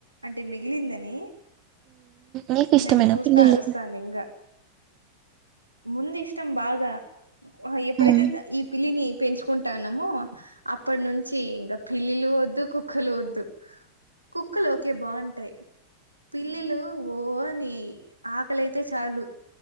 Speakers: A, on the right; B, on the right.
A: అంటే మిగిలిందని
B: నీకు ఇష్టమేనా
A: నన్ను చూస్తా
B: పిల్లులు
A: అరుస్తాంది ఇంగా ముందు ఇష్టం బాగా ఆహా ఎప్పుడైతే
B: మ్మ్
A: ఈ పిల్లిని పెంచుకుంటా ఉన్నాము అప్పటి నుంచి ఇంకా పిల్లిలూ వద్దు కుక్కలూ వద్దు కుక్కలు ఒకే బాగుంటాయి పిల్లిలు పో అని ఆకలి అయితే చాలు